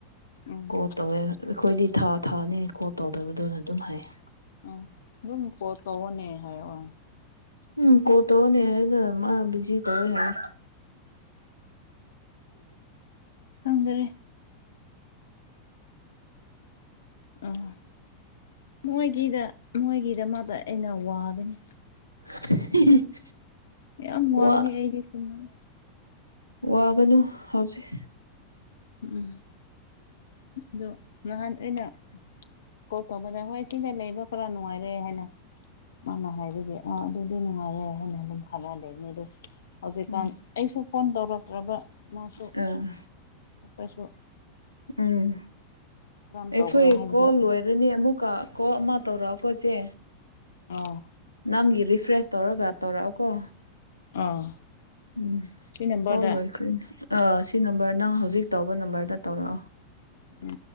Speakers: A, on the left; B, on the right.
A: ꯎꯝ
B: ꯀꯣꯜ ꯇꯧꯋꯦ ꯑꯩꯈꯣꯏꯗꯤ ꯊꯥ ꯊꯥꯅꯤ ꯀꯣꯜ ꯇꯧꯗꯕꯗꯨꯅ ꯑꯗꯨꯝ ꯍꯥꯏꯌꯦ
A: ꯑꯝ ꯑꯗꯨꯝ ꯀꯣꯜ ꯇꯧꯕꯅꯦ ꯍꯥꯏ ꯑ
B: ꯎꯝ ꯀꯣꯜ ꯇꯅꯤ ꯍꯥꯏꯕꯗ ꯃꯥꯅ ꯕꯤꯖꯤ ꯇ ꯍꯥꯏ
A: ꯈꯪꯗꯔꯦ ꯎꯝ ꯑꯥ ꯃꯣꯏꯒꯤꯗ ꯃꯣꯏꯒꯤꯗꯃꯛꯇ ꯑꯩꯅ ꯋꯥꯕꯅꯤ
B: <unintelligible>
A: ꯌꯥꯝ ꯋꯥꯕꯤꯅꯤ
B: ꯋꯥ
A: ꯑꯩꯒꯤ ꯁꯅ
B: ꯋꯥꯒꯅꯨ ꯍꯧꯎꯖꯤꯛ
A: ꯎꯝ ꯑꯗꯣ ꯅꯍꯥꯟ ꯑꯩꯅ ꯀꯣꯜ ꯇꯕꯗ ꯍꯣꯏ ꯁꯤꯗ ꯂꯩꯕ ꯈꯔ ꯅꯨꯡꯉꯥꯏꯔꯦ ꯍꯥꯏꯅ ꯃꯥꯅ ꯍꯥꯏꯕꯒꯤ ꯑꯥ ꯑꯗꯨꯗꯤ ꯅꯨꯡꯉꯥꯏꯔꯦ ꯍꯥꯏꯅ ꯑꯗꯨꯝ ꯈꯂ ꯂꯩꯅꯦ ꯑꯗꯨ ꯍꯧꯖꯤꯛꯀꯥꯟ
B: ꯎꯝ
A: ꯑꯩꯁꯨ ꯐꯣꯟ ꯇꯧꯔꯛꯇ꯭ꯔꯕ ꯃꯥꯁꯨ
B: ꯎꯝ
A: ꯑꯩꯈꯣꯏꯁꯨ
B: ꯎꯝ
A: ꯀꯔꯝ ꯇꯧꯕ꯭ꯔꯥ
B: ꯑꯩꯈꯣꯏ
A: ꯍꯥꯏꯕꯗꯣ
B: ꯀꯣꯜ ꯂꯣꯏꯔꯅꯤ ꯑꯃꯨꯛꯀ ꯀꯣ ꯑꯃ ꯇꯧꯔꯛꯑꯣꯀꯣ ꯆꯦ
A: ꯑꯥꯎ
B: ꯅꯪꯒꯤ ꯔꯤꯐ꯭ꯔꯦꯁ ꯇꯧꯔꯒ ꯇꯧꯔꯛꯑꯣꯀꯣ
A: ꯑꯥ
B: ꯎꯝ
A: ꯁꯤ ꯅꯝꯕꯔꯗ
B: ꯀꯣꯜ ꯂꯣꯏꯈ꯭ꯔꯦꯅꯦ ꯑꯥ ꯁꯤ ꯅꯝꯕꯔ ꯅꯪ ꯍꯧꯖꯤꯛ ꯇꯧꯕ ꯅꯝꯕꯔꯗ ꯇꯧꯔꯛꯑꯣ
A: ꯎꯝ